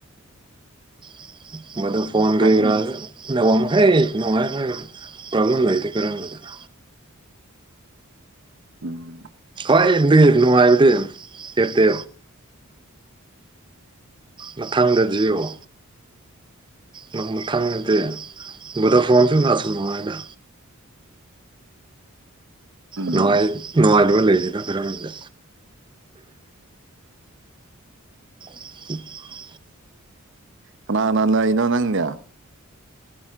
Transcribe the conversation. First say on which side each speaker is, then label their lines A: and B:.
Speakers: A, on the right (about 20°); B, on the right (about 60°).
A: <unintelligible> ꯐꯣꯟ <unintelligible>
B: ꯎꯝ
A: ꯅꯨꯡꯉꯥꯏ <unintelligible> ꯄꯣꯕ꯭ꯂꯦꯝ ꯂꯩꯇꯦ ꯀꯔꯝꯕꯗꯅꯣ
B: ꯎꯝ
A: ꯑꯩꯗꯤ ꯅꯨꯡꯉꯥꯏꯔꯤ ꯀꯦꯠꯇꯦ ꯃꯊꯪꯗ ꯖꯤꯑꯣ ꯅꯪ ꯈꯪꯗꯦ ꯚꯣꯗ ꯐꯣꯟꯁꯨ ꯅꯥꯁꯨ ꯅꯨꯡꯉꯥꯏꯅ
B: ꯎꯝ
A: ꯅꯨꯡꯉꯥꯏ ꯅꯨꯡꯉꯥꯏꯗꯕ ꯂꯩꯇꯦꯗ ꯑꯩꯈꯣꯏꯔꯣꯝꯗꯗꯤ <unintelligible>
B: ꯀꯅꯥꯅ ꯅꯣꯏꯔꯤꯅꯣ ꯅꯪꯒꯤꯗꯣ